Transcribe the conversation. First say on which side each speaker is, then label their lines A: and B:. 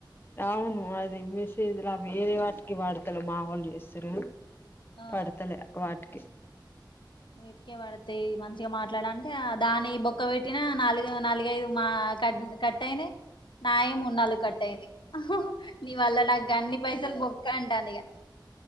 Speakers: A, on the left; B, on the left.
A: అవును అది మెసేజ్లా వేరే వాటికి వాడతలే మా వాళ్ళు చేస్తారు
B: ఆ
A: పడతలే వాటికి
B: వీటికే పడతాయి మంచిగా మాట్లాడ అంటే దాని బొక్క పెట్టినా నాలుగు నాలుగైదు మా క కట్ అయినాయ్ నయే మున్నాళ్ళు కట్టయింది నీ వల్ల నాకు అన్ని పైసలు బొక్క అంటాంది ఇక